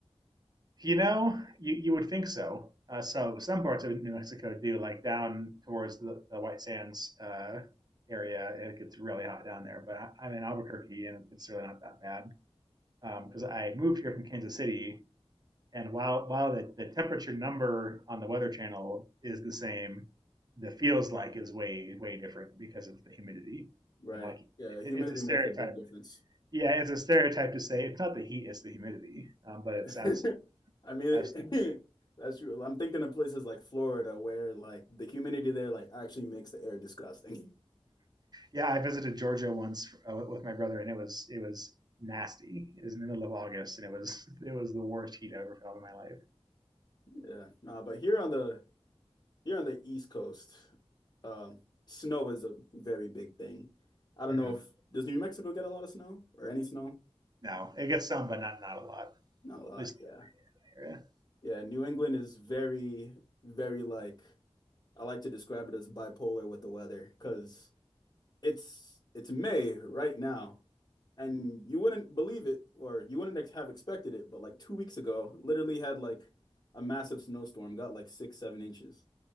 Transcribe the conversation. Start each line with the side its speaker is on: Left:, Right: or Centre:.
Right: You know, you you would think so. Uh, so some parts of New Mexico do, like down towards the, the White Sands uh, area. It gets really hot down there, but I, I'm in Albuquerque and it's really not that bad. Because um, I moved here from Kansas City And while while the, the temperature number on the Weather Channel is the same, the feels like is way way different because of the humidity.
Left: Right.
Right: And like it,
Left: Yeah, humidity
Right: it's a stereotype.
Left: makes a big difference.
Right: Yeah, it's a stereotype to say it's not the heat, it's the humidity. Um, but
Left: <laughs>
Right: it's absolutely,
Left: I mean,
Right: absolutely.
Left: it-
Right: <clears throat>
Left: <laughs> that's true. I'm thinking of places like Florida where like the humidity there like actually makes the air disgusting. <laughs>
Right: Yeah, I visited Georgia once uh, with my brother, and it was it was nasty. It was in the middle of August, and it was <laughs> it was the worst heat I ever felt in my life.
Left: Yeah, no, but here on the here on the East Coast, um, snow is a very big thing. I don't
Right: Mhm.
Left: know if does New Mexico get a lot of snow or any snow?
Right: No, it gets some, but not not a lot.
Left: Not a lot,
Right: At least
Left: yeah.
Right: in the area.
Left: Yeah, New England is very, very like I like to describe it as bipolar with the weather because It's it's May right now, and you wouldn't believe it, or you wouldn't ex- have expected it, but like two weeks ago, literally had like a massive snowstorm, got like six, seven inches.